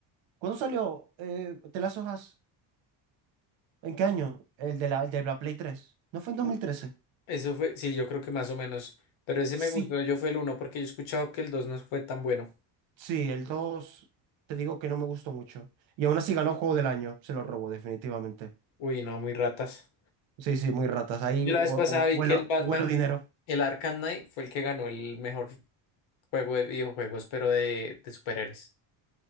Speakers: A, on the right; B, on the left.
A: ¿Cuándo salió eh, The Last of Us? ¿En qué año? El de la, el de la Play tres ¿No fue en dos
B: U-
A: mil trece
B: Eso fue, sí, yo creo que más o menos. Pero ese
A: Sí,
B: me gustó, yo fue el uno porque yo he escuchado que el 2 no fue tan bueno.
A: Sí, el 2 te digo que no me gustó mucho. Y aún así ganó Juego del Año, se lo robó definitivamente.
B: Uy, no, muy ratas.
A: Sí, sí, muy ratas. Ahí
B: Yo
A: hu-
B: la vez
A: hu-
B: pasada vi
A: huelo,
B: que el Batman,
A: huelo dinero.
B: el Arkham Knight, fue el que ganó el mejor Juego de videojuegos, pero de, de superhéroes.